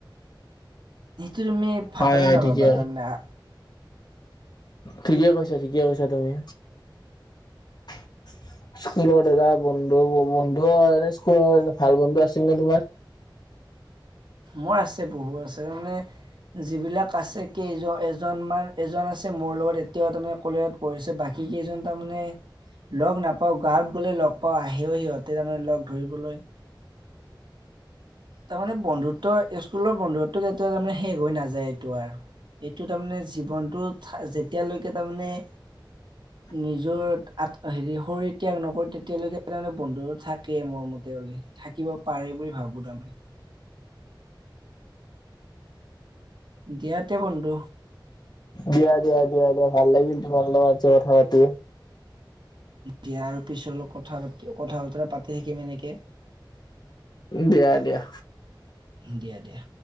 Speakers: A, on the right; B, on the left.
A: সেইতো তুমি ভাবা
B: হয়
A: নে
B: হয়
A: নাভাবা
B: ঠিকে
A: তাৰমানে
B: ঠিকে কৈছা, ঠিকে কৈছা তুমি <unintelligible> স্কুলত দাদা বন্ধু-বন্ধু এনে স্কুলৰ ভাল বন্ধু আছিল নে তোমাৰ?
A: মোৰ আছে বহু আছে তাৰমানে যিবিলাক আছে কেইজন -এজনমান এজন আছে মোৰ লগত এতিয়াও তাৰমানে কলেজত পঢ়িছে, বাকী কেইজন তাৰমানে লগ নাপাওঁ গাঁৱত গ'লে লগ পাওঁ, আহেও সিহঁতে তাৰমানে লগ ধৰিবলৈ তাৰমানে বন্ধুত্ব, স্কুলৰ বন্ধুত্ব কেতিয়া তাৰমানে শেষ হৈ নাযায় এইটো আৰু এইটো তাৰমানে জীৱনটোত যেতিয়ালৈকে তাৰমানে
B: হয় <unintelligible>
A: নিজৰ আত হেৰি শৰীৰ ত্যাগ নকৰোঁ তেতিয়ালৈকে তাৰে বন্ধু থাকেই মোৰ মতে হ'লে থাকিব পাৰে বুলি ভাবো তাৰমানে দিয়াতে বন্ধু।
B: দিয়া- দিয়া, দিয়া- দিয়া ভাল লাগিল তোমাল লগত যে কথা পাতি
A: দিয়া আৰু পিছলৈ কথা পাতি কথা -বতৰা পাতি থাকিম এনেকে
B: দিয়া- দিয়া।
A: দিয়া দিয়া।